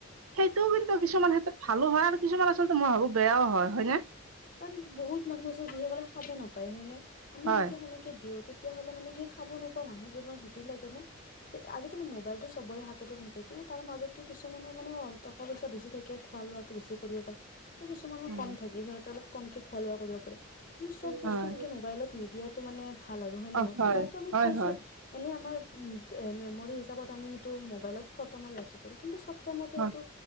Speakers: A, on the right (about 80°); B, on the left (about 40°).
A: সেইটোও কিন্তু কিছুমান ক্ষেত্ৰত ভালো হয়, আৰু কিছুমান আচলতে মই ভাবোঁ বেয়াও হয় ন।
B: কাৰণ বহুত মানুহ আছে যিসকলে খাব নাপায়, হয়নে আমি
A: হয়
B: যেতিয়া সেনেকে দিওঁ তেতিয়াহ'লে মানে সেই খাব নোপোৱা মানুহজনৰ হেৰি লাগে ন যে আজিকালি মোবাইল টো সবৰে হাততে থাকে। কিন্তু তাৰ মাজতো কিছুমানৰ মানে অ' টকা পইচা বেছি থাকে, খোৱা লোৱাটো বেছি কৰিব পাৰে।
A: উম,
B: কম থাকে সিহঁতে অল কমকে খোৱা লোৱা কৰিব পাৰে চব বস্তু
A: হয়
B: এনেকে মোবাইলত নিদিয়াতো মানে ভাল আৰু হয় নে
A: অ,
B: নহয় খোৱাটো আমি
A: হয়,
B: খাইছো
A: হয়,
B: এনেই আমাৰ উ মেমৰি হিচাপত আমি সেইটো মোবাইলত ফটো মাৰি আছো কিন্তু চব টাইমতে
A: হয়,
B: এইটো